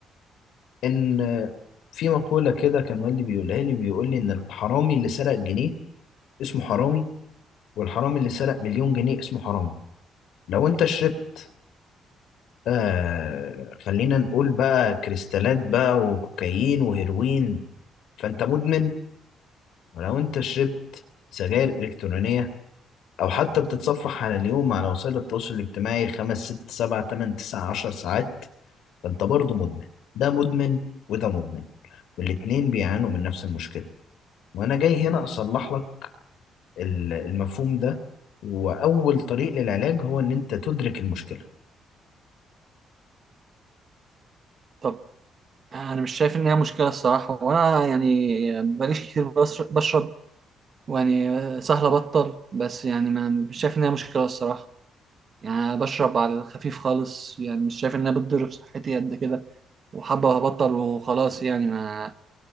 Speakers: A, on the left; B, on the right.
A: إن في مقولة كده كان والدي بيقولها لي بيقول لي إن الحرامي اللي سرق جنيه اسمه حرامي والحرامي اللي سرق مليون جنيه اسمه حرامي لو انت شربت آه خلينا نقول بقى كريستالات بقى وكوكايين وهيروين فانت مدمن ولو انت شربت سجاير الكترونية او حتى بتتصفح على اليوم على وسائل التواصل الاجتماعي خمس ست سبع تمن تسع عشر ساعات فانت برضه مدمن ده مدمن وده مدمن والاتنين بيعانوا من نفس المشكلة وانا جاي هنا اصلح لك ال- المفهوم ده واول طريق للعلاج هو ان انت تدرك المشكلة
B: طب آه، انا مش شايف ان هي مشكلة الصراحة وانا يعني بقاليش كتير بش- بشرب يعني آه، سهل ابطل بس يعني ما مش شايف ان هي مشكلة الصراحة يعني أنا بشرب على الخفيف خالص يعني مش شايف انها بتضر بصحتي قد كده وحابة وهبطل وخلاص يعني ما